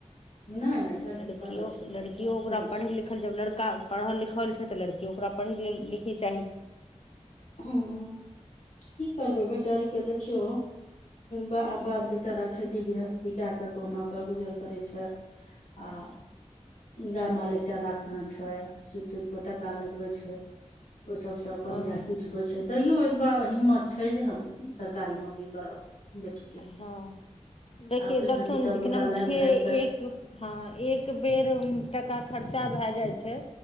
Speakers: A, on the left; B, on the left.
A: नहि नहि
B: तऽ
A: लड़की
B: लड़कियो
A: पढ़ल छै तऽ
B: लड़कियो
A: मूर्ख
B: ओकरा
A: थोड़े
B: पढ़
A: छै
B: लिख लिखल जब लड़का पढ़ल लिखल छै तऽ लड़की ओकरा पढ़ी लिखै चाही
A: हूंम्म की करबै बेचारीके देखियौ बर
B: हूँ
A: बाप बेचारा खेती गृहस्थी कए कऽ कहुना कऽ गुजर करै छै आ
B: हँ
A: गाय माल एकटा राखना छै दूध पटकका लगवे छै ओ सब से अपन
B: हँ
A: जा तैयो एतबा हिम्मत छै जे हम सरकारी नौकरी करब बेटी के
B: हँ देखियै
A: आब एक
B: देखथुन
A: रती सबगोटा
B: के नाम
A: लागि
B: छियै
A: भागि कऽ
B: एक हँ एक बेर टाका खर्चा भए जाइत छै